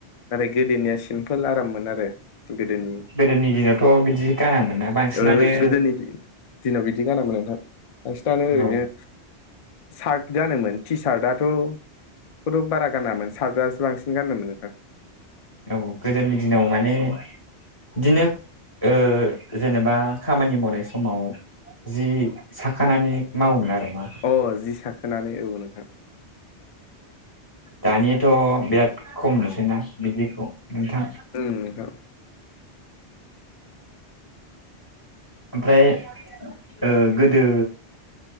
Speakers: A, on the left (about 65°); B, on the left (about 20°).
A: नाथाय गोदोनिया सिमपोल आराममोन आरो गोदोनि
B: गोदोनि दिनावथ' बिदि गारामोनना बांसिनानो
A: ओ गोदोनि दिनाव बिदि गानामोन नोंहा बांसिनानो ओरैनो
B: औ
A: सार्ट गानोमोन टि सार्टआथ' बेखौथ' बारा गानामोन सतजाजारासो बांसिन गानोमोन नोंथां
B: औ गोदोनि दिनाव माने बिदिनो ओ जेनेबा खामानि मावनाय समाव जि साखानानै मावोमोन आरो मा
A: अ जि साखोनानै औ नोंथां।
B: दानियाथ' बिराद खम नुसैना बिदिखौ नोंथां
A: उम नोंथां
B: ओमफ्राय ओ गोदो